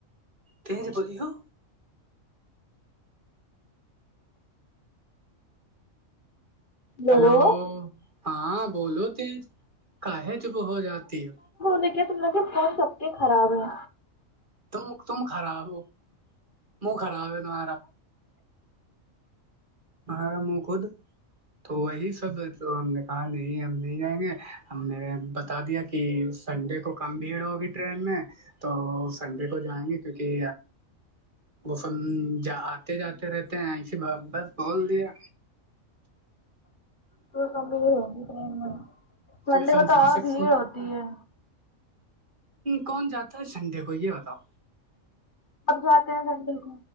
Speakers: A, on the right; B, on the left.
A: کہ جی بولی ہو
B: لوگو
A: ہیلو ہاں بولو تیج کا ہے چپ ہو جاتی ہے
B: دیکے تم لگ فون سب کے خراب ہے
A: تم تم خراب ہو مہ خراب ہے تمہارا ہاں خود تو وہی سب تو ہم نے کہا نہیں ہم نہیں جائیں گے ہم نے بتا دیا کہ کہ سنڈے کو کم بھیڑ ہوگی ٹرین میں تو سنڈے کو جائیں گے کیونکہ وہ س آتے جاتے رہتے ہیں ایے بس بول دیا
B: تو کم ہوگی ٹرین میں ٹھنڈی
A: سکسیسفل
B: میں تو اور بھیڑ ہوتی ہے
A: کون جاتا ہے سنڈے کو یہ بتاؤ
B: اب جاتے ہیں زڈل گ